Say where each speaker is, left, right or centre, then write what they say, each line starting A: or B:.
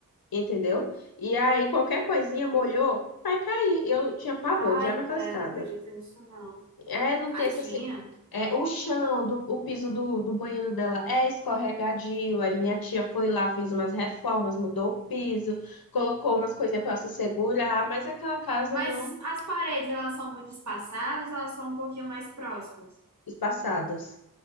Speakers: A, on the left; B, on the right.
A: entendeu? E aí qualquer coisinha molhou, vai cair. Eu tinha pavor,
B: Ai,
A: odiava
B: mulher,
A: aquela escada.
B: não acredito nisso, não.
A: É, não
B: Tadinha.
A: tem esse, esse- é, o chão, do, o piso do, do banheiro dela é escorregadio. Aí minha tia foi lá, fez umas reformas, mudou o piso, colocou umas coisinhas para se segurar, mas aquela casa
B: Mas
A: não.
B: as paredes, elas são muito espaçadas, ou elas são um pouquinho mais próximas.
A: Espaçadas.